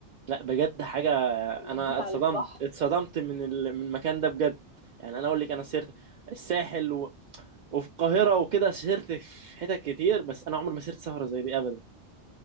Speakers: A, on the right; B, on the left.
A: لا بجد حاجة انا
B: وبالذات
A: اتصدمت
B: على البحر
A: اتصدمت من ال... من المكان ده بجد يعني انا اقول لك انا سيرت الساحل و... وفي القاهرة وكده سهرت في حتت كتير بس انا عمري ما سهرت سهرة زي دي ابدا